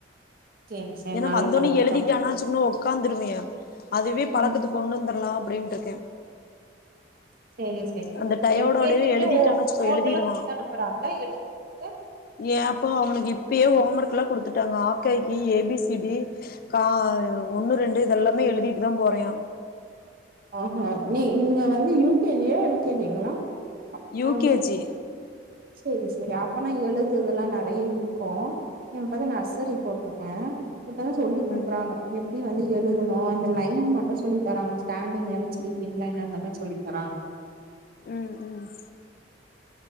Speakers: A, on the right (about 50°); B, on the left (about 50°).
A: சேரி சேரி
B: ஏன்னா
A: நல்ல
B: வந்தோனே
A: பழக்கத்தா
B: எழுதிட்டானா சும்மா உக்காந்துருவே அதுவே பழக்கத்துக்கு
A: ம்
B: கொண்டு வந்துரலா அப்டின்று இருக்கே
A: <inaudible> சேரி சேரி
B: அந்த டயோடோடவே
A: எல்கேஜக்கே
B: எழுதிட்டான்னு
A: ஓ
B: வச்சுக்கோ
A: நோட்
B: எழுதிருவா
A: எல்லா குடுத்து அனுப்புறாங்களா எழுத்துருத்துக்கு
B: ஏன்ப்ப அவனுக்கு இப்பயே ஹோம் ஒர்க்ல்லா குடுத்துட்டாங்க ஆக்கா யிக்கி ஏ பி சி சிடி கா ஒண்ணு ரெண்டு இதெல்லாமே எழுதிட்டு தா போறேயா
A: ஆமா நீ இங்க வந்து யூ கே ஜியா எல் கே ஜிங்களா
B: யூ
A: தம்பி
B: கே ஜி
A: செரி செரி அப்பனா எழுதுறதெல்லா நெறைய இருக்கு <unintelligible> நர்சரி போட்டிருக்கே இப்பத்தா சொல்லி் குடுக்குறாங்க
B: ம்
A: எப்டி வந்து எழுதனு அந்த லைன் மட்டு சொல்லி தராங்க ஸ்டேண்டிங் லைன் ஸ்ளீப்ங் லைன் அந்த மாரி சொல்லி தராங்க
B: ம் ம்